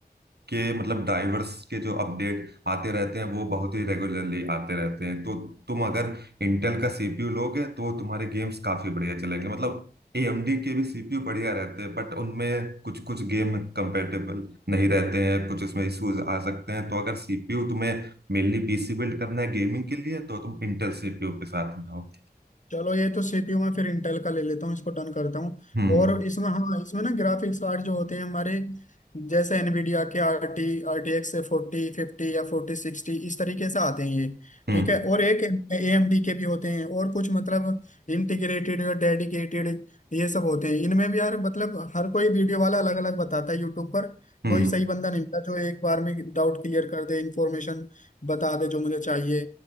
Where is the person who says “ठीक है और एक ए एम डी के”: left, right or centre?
Left